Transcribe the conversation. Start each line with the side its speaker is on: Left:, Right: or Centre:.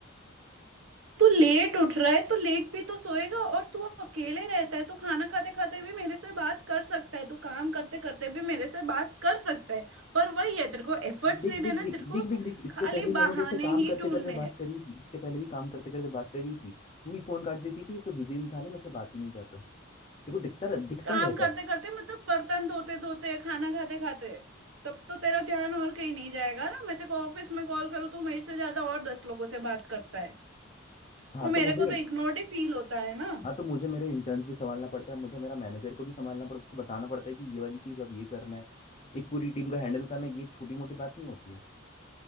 Right: तू लेट उठ रहा है तो लेट भी तो सोएगा और तू अकेले रहता है तू खाना खाते खाते भी मेरे से बात कर सकता है तू काम करते करते भी मेरे से बात कर सकता है पर वही है तेरे को एफर्ट्स
Left: देख
Right: नहीं देना
Left: देख देख
Right: तेरे को
Left: देख देख देख इसके
Right: खाली
Left: पहले ही मैंने
Right: बहाने
Left: तेरे से काम
Right: ही
Left: करते
Right: ढूंढने
Left: करते
Right: हैं
Left: बात करी थी इसके पहले भी काम करते करते बात करी थी तू ही फोन काट देती थी ये तो बिजी इंसान है मेरे से बात ही नहीं कर रहा है देखो दिखता रह, दिखता
Right: काम
Left: रहता
Right: करते
Left: था
Right: करते मतलब बर्तन धोते धोते खाना खाते खाते तब तो तेरा ध्यान और कहीं नहीं जाएगा ना मैं तेरे को ऑफिस में कॉल करूँ तो मेरे से ज्यादा और दस लोगों से बात करता है
Left: हाँ
Right: तो
Left: तो
Right: मेरे
Left: मुझे
Right: को तो इग्नोर्ड ही फील होता है ना
Left: हाँ तो मुझे मेरे इंटर्न्स भी संभालना पड़ता है मुझे मेरा मैनेजर को भी संभालना पड़ता है उसको बताना पड़ता है कि ये वाली चीज अब ये करना है एक पूरी टीम का हैंडल करना है, ये छोटी मोटी बात नहीं होती है